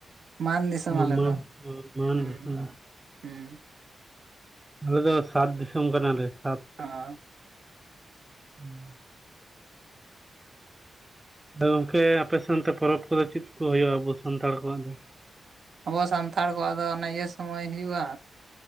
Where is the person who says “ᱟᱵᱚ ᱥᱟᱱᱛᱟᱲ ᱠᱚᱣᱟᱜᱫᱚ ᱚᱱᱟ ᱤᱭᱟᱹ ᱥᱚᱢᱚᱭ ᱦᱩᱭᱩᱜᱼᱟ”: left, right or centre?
Right